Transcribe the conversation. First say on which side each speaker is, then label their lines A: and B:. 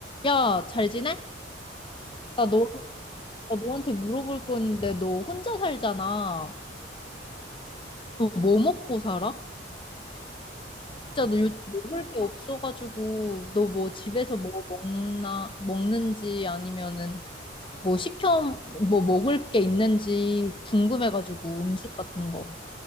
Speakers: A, on the left (about 30°); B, on the left (about 50°).
A: 야, 잘 지내?
B: 어, 나 잘
A: 나
B: 지내고
A: 너,
B: 있어.
A: 나 너한테 물어볼 건데, 너 혼자 살잖아.
B: 응, 응, 응.
A: 너 뭐 먹고 살아?
B: 나,
A: 진짜 너 요즘 먹을 게 없어가지고, 너 뭐
B: 응,
A: 집에서 뭐 먹나, 먹는지 아니면은 뭐 시켜, 뭐 먹을 게 있는지 궁금해가지고,
B: 응.
A: 음식 같은 거.